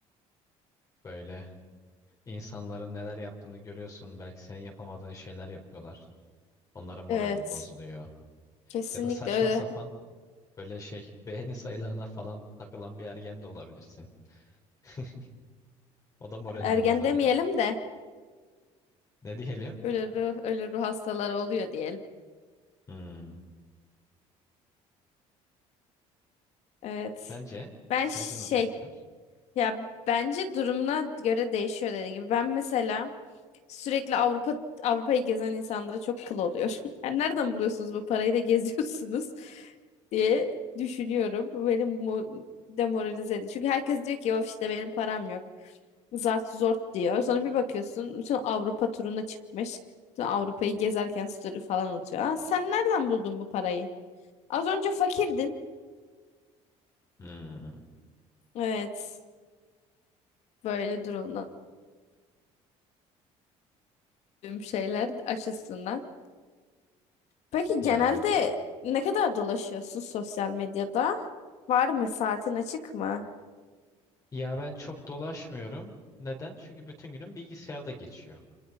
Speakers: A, on the left; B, on the left.
A: böyle insanların neler yaptığını görüyorsun. Belki senin yapamadığın şeyler yapıyorlar. Onlara moralin
B: Evet,
A: bozuluyor.
B: kesinlikle
A: Ya da saçma
B: öyle.
A: sapan böyle şey <laughs> beğeni sayılarına falan takılan bir ergen de olabilirsin. <laughs> O da moralini
B: Ergen
A: bozabilir.
B: demeyelim de
A: Ne diyelim?
B: ölü ruh, ölü ruh hastaları oluyor diyelim.
A: Hmm.
B: Evet.
A: Sence?
B: Ben
A: Sence
B: şey
A: nasıl etkiler?
B: Ya bence durumuna göre değişiyor dediğim gibi. Ben mesela sürekli Avrupa Avrupa'yı gezen insanlara çok kıl oluyorum. <laughs> Yani nereden buluyorsunuz bu parayı da geziyorsunuz <laughs> diye düşünüyorum. Bu beni mo- demoralize ediyor. Çünkü herkes diyor ki of işte benim param yok. Zart zort diyor. Sonra bir bakıyorsun bütün Avrupa turuna çıkmış. Bütün Avrupa'yı gezerken story falan atıyor. Aa, sen nereden buldun bu parayı? Az önce fakirdin.
A: Hmm.
B: Evet. Böyle durumlar şeyler açısından. Peki
A: Ya
B: genelde
A: evet.
B: ne kadar dolaşıyorsun sosyal medyada? Var mı? Saatin açık mı?
A: Ya ben çok dolaşmıyorum. Neden? Çünkü bütün günüm bilgisayarda geçiyor.